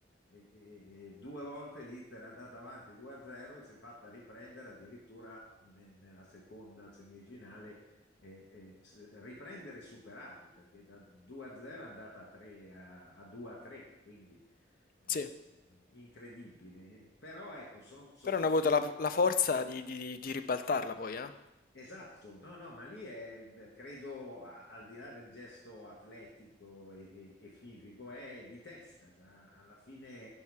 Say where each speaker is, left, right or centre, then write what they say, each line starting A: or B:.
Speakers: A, on the left; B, on the left.
A: E, e- e due volte l'Inter è andata avanti 2-0 e si è fatta riprendere addirittura ne- nella seconda semifinale, eh, eh, s- riprendere e superare, perché da 2-0 è andata a 3 a, a 2-3, quindi eh,
B: Sì.
A: eh, incredibile. Però ecco, sono
B: Però
A: partite.
B: hanno avuto la, la forza di, di- di ribaltarla poi, eh?
A: Esatto, no, no, ma lì è, credo, a- al di là del gesto atletico e, e- e fisico, è di testa. da- Alla fine